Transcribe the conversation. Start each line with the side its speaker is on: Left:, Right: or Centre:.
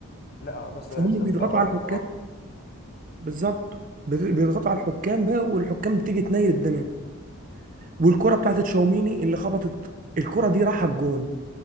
Left: لا آه، بس
Right: فهم
Left: بحس ده
Right: بيضغطوا
Left: استعباط
Right: على
Left: بصراحه
Right: الحكام بالظبط بيض- بيضغطوا على الحكام بقى والحكام تيجي تنيل الدنيا والكرة بتاعت تشاوميني اللي خبطت الكرة دي راحت الجون